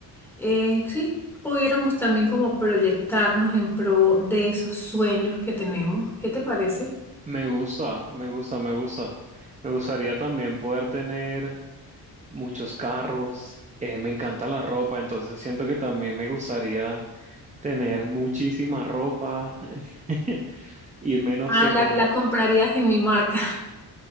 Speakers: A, in the centre; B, on the right.
A: Eh, sí, pudiéramos también como proyectarnos en pro de esos sueños que tenemos. ¿Qué te parece?
B: Me gusta, me gusta, me gusta. Me gustaría también poder tener muchos carros. eh, me encanta la ropa, entonces siento que también me gustaría tener muchísima ropa, <laughs> irme, no
A: Ah,
B: sé,
A: la,
B: como
A: la comprarías en mi marca.